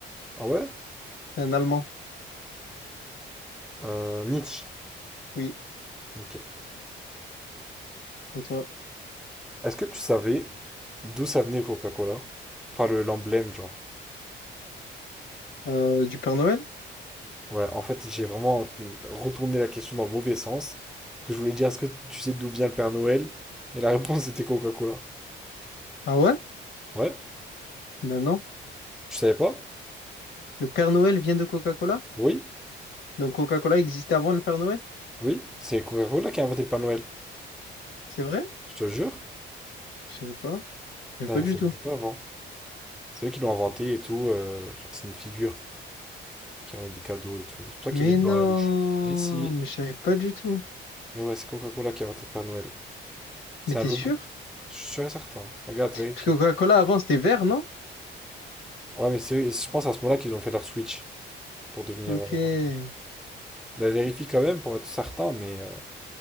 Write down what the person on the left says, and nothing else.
c'est un Allemand.
Oui,
c'est toi.
Euh, du Père Noël?
Ah ouais?
Ben non.
Le Père Noël vient de Coca-Cola?
Donc Coca-Cola existait avant le Père Noël?
C'est vrai?
Je savais pas. Je
savais pas du
tout.
Mais
non,
mais je savais pas du tout.
Mais t'es
sûr?
Parce que Coca-Cola avant c'était vert, non?
Ok.
Parce